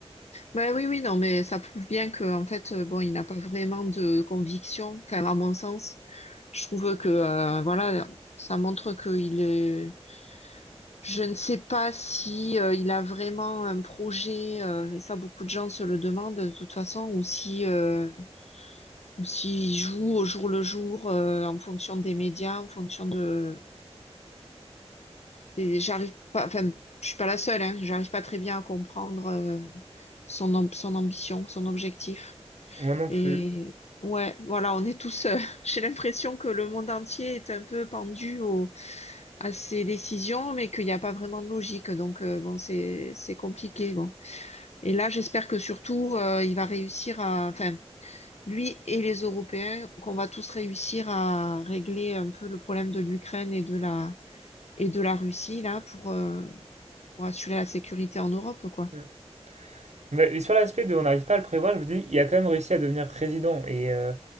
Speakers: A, on the left; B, on the right.
A: Bah oui, oui, non, mais ça prouve bien que en fait, euh, bon, il n'a pas vraiment de conviction. Enfin, à mon sens, je trouve que euh, voilà, ça montre qu'il est. Je ne sais pas si euh, il a vraiment un projet, euh, et ça, beaucoup de gens se le demandent de toute façon, ou si euh, ou s'il joue au jour le jour euh, en fonction des médias, en fonction de C'est- J'arrive pas, enfin, je suis pas la seule, hein, j'arrive pas très bien à comprendre euh, son, am- son ambition, son objectif.
B: Moi non plus.
A: Et ouais, voilà, on est tous, euh, <laughs> j'ai l'impression que le monde entier est un peu pendu au, à ses décisions, mais qu'il n'y a pas vraiment de logique. Donc, euh, bon, c'est, c'est compliqué, bon. Et là, j'espère que surtout, euh, il va réussir à, enfin, lui et les Européens, qu'on va tous réussir à régler un peu le problème de l'Ukraine et de la, et de la Russie, là, pour, euh, pour assurer la sécurité en Europe, quoi.
B: Mm. Mais mais sur l'aspect de on n'arrive pas à le prévoir, je me dis, il a quand même réussi à devenir président. Et euh,